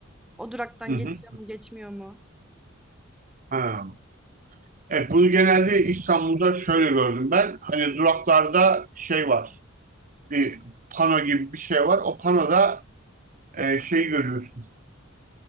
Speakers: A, in the centre; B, on the right.
A: o duraktan
B: Hı
A: geçiyor
B: hı.
A: mu, geçmiyor mu?
B: Ha. Evet, bunu genelde İstanbul'da şöyle gördüm ben. Hani duraklarda şey var. Bir pano gibi bir şey var. O panoda e, şey görüyorsun.